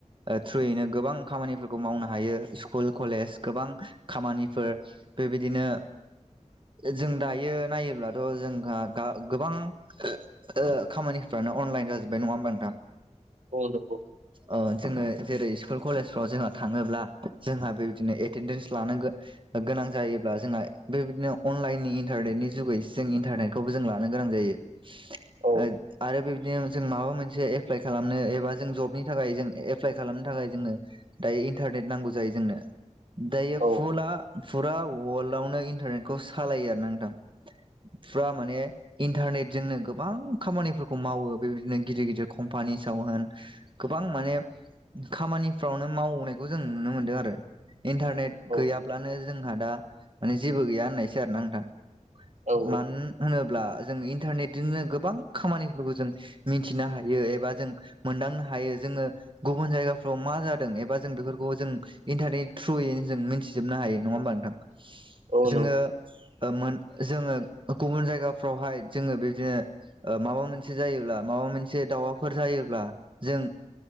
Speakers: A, on the right; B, on the right.
A: ओ थ्रुयैनो गोबां खामानिफोर खौ मावनो हायो स्कुल, कलेज गोबां खामानिफोर बेबायदिनो जों दायो नायोब्लाथ' जोंहा दा गोबां ओ खामानिफ्रानो अन लाइन जाजोबबाय नङा होनबा नोंथां
B: औ नंगौ
A: ओ जोङो जेरै स्कुल, कलेजफ्राव जोंहा थाङोब्ला जोंहा बेबायदिनो एटेनडेन्स लानो गो गोनां जायोब्ला जोंहा बेबायदिनो अन लाइनि इटारनेटनि जुगै जों इन्टारनेटखौबो जों लानो गोनां जायो
B: औ
A: आ आरो बे दिनो जों माबा मोनसे एप्लाइ खालामनो एबा जों जबनि थाखाय जों एप्लाइ खालामनो थाखाय जोङो दायो इन्टारनेट नांगौ जायो जोंनो दायो
B: औ
A: फुला फुराव अवार्ल्डआवनो इन्टारनेटखौ सालायो आरो ना नोंथां फुरा माने इन्टारनेट जोंनो गोबां खामानिफोरखौ मावो बेबायदिनो गिदिर-गिदिर कम्पानिसाव होन गो बां माने खामानिफ्रावनो मावनायखौ जों नुनो मोनदों आरो इन्टारनेट
B: औ
A: गैयाब्लानो जोंहा दा माने जेबो गैया होननायसो आरोना नोंथां
B: औ
A: मानो
B: औ
A: होनो ब्ला जों इन्टारनेटजोंनो गोबां खामानिफोरखौ जों मिथिनो हायो एबा जों मोनदांनो हा यो जोङो गुबुन जायगाफ्राव मा जा दों एबा जों बेफोरखौ जों इन्टारनेट ट्रुयैनो जों मिथिजोबनो हायो नङा होमबा नोंथां।
B: औ
A: जोङो
B: नंगौ
A: ओ मोन जोङो गुबुन जायगाफ्रावहाय जोङो बिदिनो ओ माबा मोनसे जायोब्ला माबा मोनसे माबाफोर जायोब्ला जों